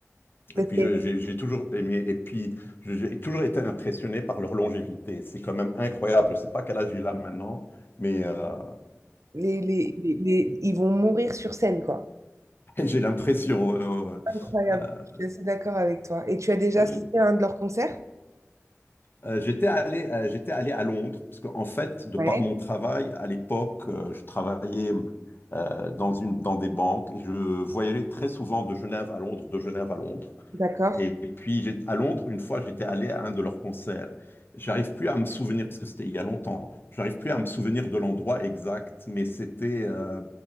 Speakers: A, on the right; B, on the left.
A: mais
B: et puis
A: c'est-
B: je- j'ai j'ai toujours aimé, et puis j'ai toujours été impressionné par leur longévité. C'est quand même incroyable. Je ne sais pas quel âge il a maintenant, mais euh,
A: les, les, les- les- ils vont mourir sur scène, quoi.
B: <laughs> j'ai l'impression, euh,
A: Incroyable,
B: euh,
A: je suis assez d'accord avec toi. Et tu as déjà
B: euh,
A: assisté à un de leurs concerts?
B: Euh, j'étais allé, euh, j'étais allé à Londres, parce qu'en fait, de
A: Ouais.
B: par mon travail, à l'époque, euh, je travaillais euh, dans une, dans des banques et je voyageais très souvent de Genève à Londres, de Genève à Londres.
A: D'accord.
B: Et puis j'ai- à Londres, une fois, j'étais allé à un de leurs concerts. J'arrive plus à me souvenir, parce que c'était il y a longtemps, j'arrive plus à me souvenir de l'endroit exact, mais c'était euh,